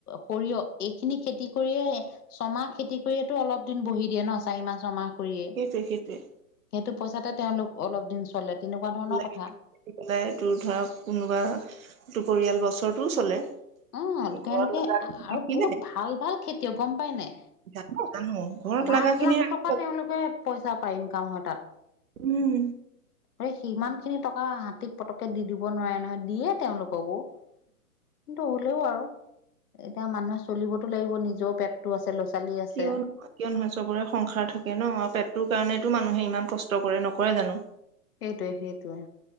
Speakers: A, on the left; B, on the right.
A: সৰিয়হ এইখিনি খেতি কৰিয়ে ছমাহ খেতি কৰিয়ে। এইটো অলপ দিন বহি দিয়ে নহ চাৰিমাহ ছমাহ। কৰিয়ে
B: সেইটোৱে সেইটোৱে।
A: সেইটো পইচাতে তেওঁলোক অলপ দিন চলে। তেনেকুৱা ধৰণৰ
B: লাই
A: কথা
B: পলাই তোৰ ধৰক কোনোবা তোৰ পৰিয়াল বছৰটোও চলে
A: অ তেওঁলোকে
B: ঘৰত লগা
A: আৰু
B: ৰাখিলে
A: বহুত ভাল ভাল খেতিয় গম পায়নে
B: জানো জানো ঘৰত
A: লাখ
B: লগা খিনি
A: লাখ
B: ৰাখিলে
A: টকা তেওঁলোকে পইচা পায় ইনকাম হয় তাত
B: উম
A: আৰে সিমান খিনি টকা হাতীক পতকে দি দিওঁ। দিব নোৱাৰে নহয় দিয়ে তেওঁলোককো কিন্তু হলেও আৰু। এতিয়া মানুহে চলিবতো লাগিব নিজৰও পেটটো আছে ল'ৰা ছোৱালী আছে
B: কিয় নহয় কিয় নহয় চবৰে সংসাৰ থাকে ন পেটটোৰ কাৰণেতো মানুহে ইমান কষ্ট কৰে নকৰে জানো।
A: সেইটোৱে সেইটোৱে